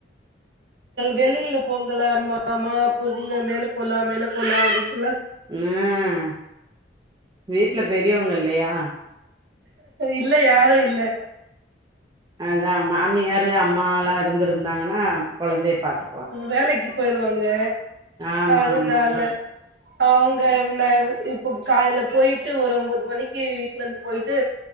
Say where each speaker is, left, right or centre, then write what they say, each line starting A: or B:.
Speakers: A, on the right; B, on the right.
A: வெளியில போகலாமா மா போடுங்க மேல போலா மேல போலா அப்படின்ட்டெல்லா
B: ம் வீட்ல பெரியவங்க இல்லையா
A: இல்ல யாரு இல்ல
B: அதா மாமியாரு அம்மால்லா இருந்திருந்தாங்கன்னா கொழந்தைய பாத்து
A: வேலைக்கு போயிருவாங்க
B: ஆமா
A: அதுனால
B: ஆமா
A: அவங்க ந இப்ப காலையில போயிட்டு ஒரு ஒம்போது மணிக்கு வீட்ல இருந்து போயிட்டு